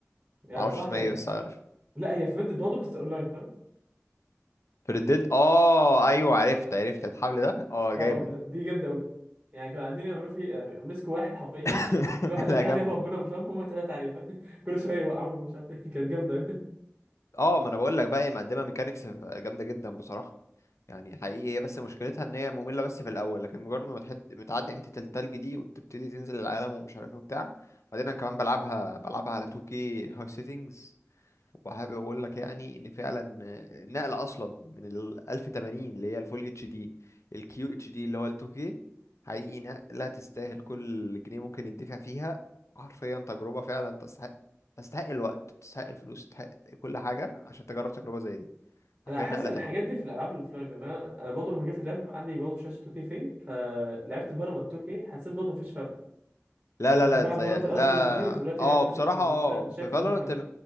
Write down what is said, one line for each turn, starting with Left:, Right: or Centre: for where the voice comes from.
Right: يعني
Left: ما اعرفش
Right: بصراحه
Left: اسمها
Right: كان
Left: ايه بس عارف
Right: لا هي في فيديو برضه بس اونلاين فاهم
Left: ديد اه ايوه عرفت عرفت الحبل ده اه
Right: اه
Left: جامد
Right: اه بس دي جامده قوي يعني كانوا قاعدين يعملوا في مسكوا واحد حرفيا
Left: <laughs>
Right: <laughs> كل واحد ده
Left: لا
Right: بيحاول
Left: جامده
Right: يهرب منهم فاهم هما ثلاثه عليه فاهم <laughs> كل شويه يوقعوه مش عارف ايه كانت جامده قوي
Left: اه ما انا بقول لك بقى هي مقدمه ميكانيكس جامده جدا بصراحه يعني حقيقي هي بس مشكلتها ان هي مملة بس في الاول لكن مجرد ما تحد متعدي حتة التلج دي وتبتدي تنزل العالم ومش عارف ايه وبتاع بعدين انا كمان بلعبها بلعبها على 2K هاي سيتنجز وحابب اقول لك يعني ان فعلا النقل اصلا من ال 1080 اللي هي الفول اتش دي للكيو اتش دي اللي هو ال 2K حقيقي نقلة تستاهل كل جنيه ممكن يدفع فيها حرفيا تجربة فعلا تستحق تستحق الوقت تستحق الفلوس تستحق كل حاجة عشان تجرب تجربة زي دي
Right: انا
Left: حرفيا
Right: حاسس
Left: نقلة
Right: الحاجات
Left: تانية
Right: دي في الالعاب الاوفلاين لان انا انا برضه لما جيت اللعب عندي برضه شاشه 2K في فلعبت فالورانت 2K حسيت برضه مفيش فرق
Left: لا
Right: فانا
Left: لا
Right: كنت
Left: لا
Right: بلعب
Left: زي
Right: فالورانت
Left: لا
Right: الاول فول اتش دي بس دلوقتي
Left: اه
Right: لعبت
Left: بصراحة
Right: كيف مش
Left: اه
Right: فا... مش شايف
Left: في فالورنت
Right: ان في فرق
Left: م...